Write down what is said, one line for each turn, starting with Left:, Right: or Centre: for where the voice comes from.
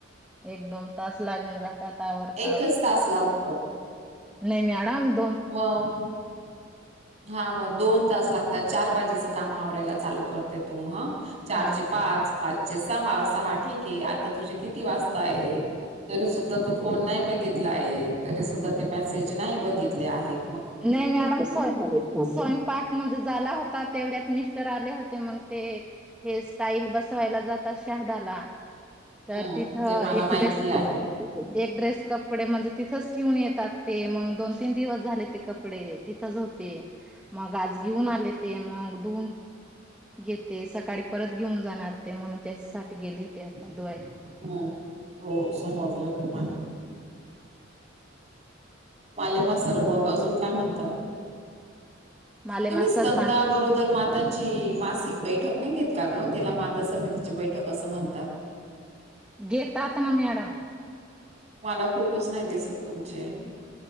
Centre: एक, दोन तास लागून जातात आवरतावरऽऽ
Right: एकच तास लागतो.
Centre: नाही मॅऽऽडम
Right: मग,, हा मग दोन तास लाागतात चार वाजऽऽ ज्याचं काम आवरायला चालू करते तू हं. चारचे
Centre: हा
Right: पाच, पाचचे सहा, सहा, ठीके आता तुझे किती वाजता आहेत तरी सुद्धा तू फोन नाही बघितला आहे,, तरी सुद्धा ते मेसेज नाही बघित ले आहेत.
Centre: नाही मॅडम स्वय स्वयंपाक माजा झाला होता तेवढ्यात मि तर आले होते,, मग ते हे, स्टाईल बसवायला जातात शहादाला. तर
Right: हम्म
Centre: तिथं
Right: ते मला
Centre: एक
Right: माहिती
Centre: ड्रेस --
Right: आहे
Centre: एक ड्रेस कपडे, म्हणजे तिथंच ठेवून येतात, ते मग दोन, तीन दिवस झाले ते कपडे तिथंच हो ते,, मग आज घेऊन आले ते मग धुऊन घेते. सकाळी परत घेऊन जाणार ते म्हणून त्याच्यासाठी गेली होती. आता
Right: हम्,
Centre: धुवायला.
Right: हो समजलं ते मला मालेमा सर मग अजून काय म्हणतात?
Centre: माले
Right: तुम्ही
Centre: मास्तर
Right: स्तंनदा
Centre: सांग
Right: गरोदर मात त्यांची मासिक बैठक नाही घेत का ग,, त्याला माता समितीची बैठक असं म्हणतात.
Centre: घेतातना मॅडम.
Right: मला फोटोच नाही दिसत तुमचे.